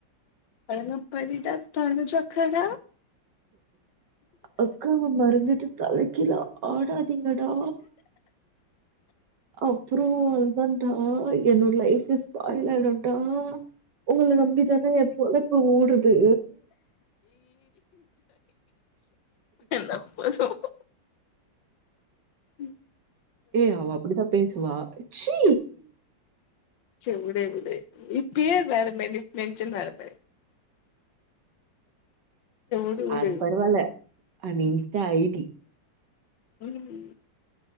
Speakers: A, on the left; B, on the right.
A: அங்க படிடா கொஞ்சகூட
B: அக்காவ மறந்துட்டு தலைக் கிலோ ஆடர் திங்கடா அப்புறம் அது டா என்னோட லைஃப்பே ஸ்பாயில் ஆயிடுண்டா உங்கள நம்பிதான என் பொழப்பு ஓடுது
A: என்னப்பா சோகம் உம்
B: ஏ அவ அப்படித்தான் பேசுவா ச்சீ
A: செரி விடு விடு இப்பே வேரமெரி நெச்சன்ன வேற பாரு உடு உடு
B: அது பரவால அது இன்ஸ்டா ஐடி
A: ம்